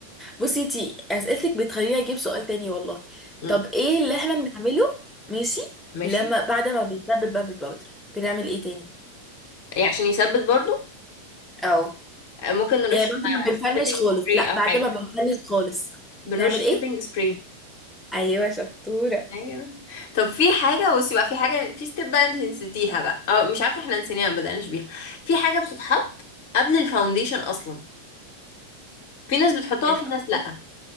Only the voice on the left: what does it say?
مم.
ماشي
يعني عشان يثبت برضو
آه، ممكن نرش
سيتنج
سبراي
أو
حاجة
بنرش
سيتنج سبراي
ايوه طب في حاجه بصي بقى في حاجه في ستيب بقى انت نسيتيها بقى او مش عارفه احنا نسيناها ما بدأناش بيها في حاجه بتتحط قبل الفاونديشن اصلا في ناس بتحطها
وفي ناس
لا